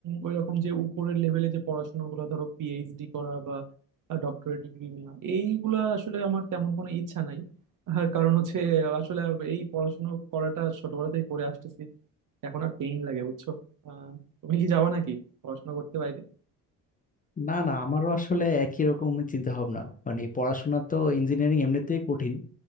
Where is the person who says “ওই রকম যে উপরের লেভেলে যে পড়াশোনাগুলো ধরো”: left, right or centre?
Right